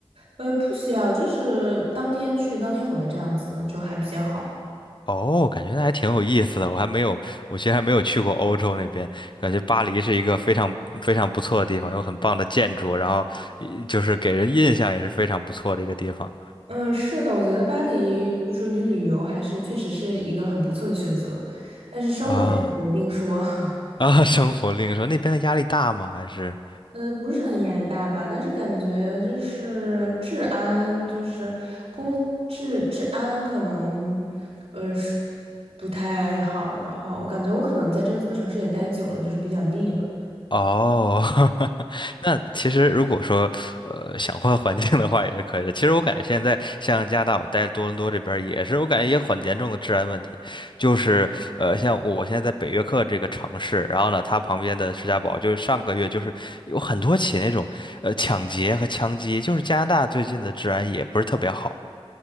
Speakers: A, on the right; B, on the left.
A: 呃，不需要，就是当天去当天回这样子就还比较好。
B: 哦，感觉那还挺有意思的。我还没有，我其实还没有去过欧洲那边，感觉巴黎是一个非常非常不错的地方，有很棒的建筑，然后呃就是给人印象也是非常不错的一个地方。
A: 嗯，是的，我觉得巴黎就是旅旅游还是确实是一个很不错的选择，但是生活上有另说。
B: 啊
A: <laughs>
B: 啊，生活另说那边的压力大吗？还是
A: 呃，不是很压力大吧，但是感觉就是治安，就是公治治安可能，呃是不太好。然后我感觉我可能在这座城市也待久了，就是比较腻了。
B: 哦，<laughs> 那其实如果说呃想换环境的话也是可以的。其实我感觉现在像加拿大，我待多伦多这边儿也是，我感觉也很严重的治安问题。就是呃，像我现在在北约克这个城市，然后呢，它旁边的士嘉堡，就是上个月就是有很多起那种呃抢劫和枪击，就是加拿大最近的治安也不是特别好。